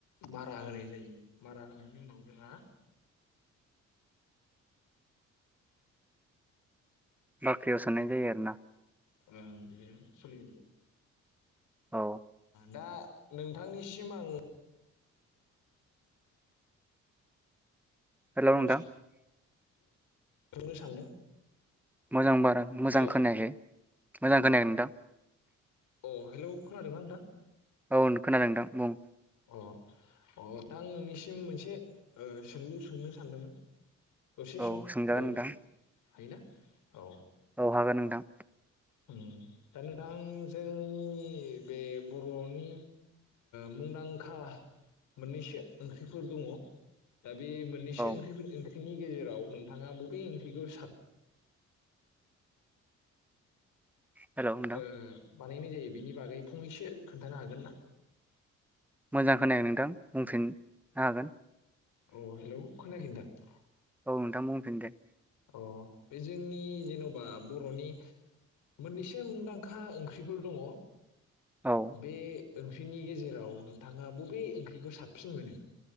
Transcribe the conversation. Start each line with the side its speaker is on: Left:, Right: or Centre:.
Left: मारा होनाय जायो मारा होनायनि उनाव जोंहा
Centre: बाख्रियाव सोनाय जायो आरोना
Left: बेनो सलि
Centre: औ
Left: दा नोंथांनिसिम आं
Centre: हेलौ
Left: मोनसे
Centre: नोंथां
Left: सोंनो सानदों
Centre: मोजां बारा मोजां
Left: हेलौ
Centre: खोनायाखै। मोजां खोनायाखै‌ नोंथां।
Left: अ हेलौ खोनादों ना नोंथां?
Centre: औ खोनादों नोंथां बुं
Left: अ अ दा आं नोंनिसिम मोनसे ओ सोंलु सोंनो सानदोंमोन। दसे
Centre: औ
Left: सम
Centre: सोंजागोन
Left: हायोबोला
Centre: नोंथां
Left: हायोना औ
Centre: औ हागोन नोंथां।
Left: ओं दा नोंथां जोंनि बे बर'नि मुंदांखा मोननैसो ओंख्रिफोर दङ दा बे मोननैसो
Centre: औ
Left: ओंख्रि ओंख्रिनि गेजेराव नोंथाङा बबे ओंख्रिखौ साब
Centre: हेल' नोंथां
Left: ओ बानायनाय जायो बिनि बागै फंनैसो खोन्थानो हागोन ना?
Centre: मोजां खोनाया नोंथां? बुंफिननो
Left: औ हेलौ खोनायाखै नोंथां।
Centre: औ नोंथां बुंफिन दे।
Left: अ बे जोंनि जेन'बा बर'नि मोननैसो मुंदांखा ओंख्रिफोर दङ।
Centre: औ
Left: बे ओंख्रिनि गेजेराव नोंथाङा बबे ओंख्रिखौ साबसिन मोनो?